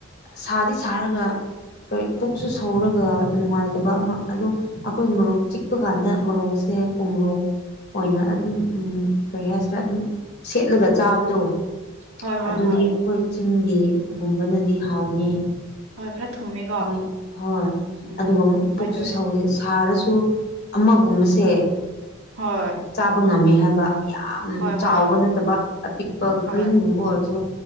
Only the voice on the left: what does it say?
ꯁꯥꯗꯤ ꯁꯥꯔꯒ ꯀꯔꯤ ꯄꯨꯛꯁꯨ ꯁꯧꯔꯒ ꯅꯨꯡꯉꯥꯏꯇꯕ ꯑꯃ ꯑꯗꯨ ꯑꯩꯈꯣꯏ ꯃꯣꯔꯣꯛ ꯆꯤꯛꯄ ꯀꯥꯟꯗ ꯃꯣꯔꯣꯛꯁꯦ ꯁꯦ ꯎꯨꯃꯣꯔꯣꯛ ꯑꯣꯏꯅ ꯑꯗꯨꯝ ꯀꯔꯤ ꯍꯥꯏꯁꯤꯔꯥ ꯑꯗꯨꯝ ꯁꯦꯠꯂꯒ ꯆꯥꯕꯗꯣ
ꯑꯗꯨꯗꯤ
ꯑꯩꯈꯣꯏ ꯆꯤꯡꯒꯤꯒꯨꯝꯕꯅꯗꯤ ꯍꯥꯎꯕꯅꯤ
ꯃꯣꯏ ꯍꯣꯏ
ꯑꯗꯨꯒ
ꯄꯨꯛꯁꯨ
ꯁꯧꯗꯦ ꯁꯥꯔꯁꯨ ꯁꯨ ꯑꯃꯒꯨꯝꯕꯁꯦ
ꯆꯥꯕ ꯉꯝꯃꯦ ꯍꯥꯏꯕ ꯌꯥꯝ
ꯆꯥꯎꯕ
ꯅꯠꯇꯕ ꯑꯄꯤꯛꯄ
ꯒ꯭ꯔꯤꯟꯒꯨꯝꯕ ꯑꯣꯏꯔꯁꯨ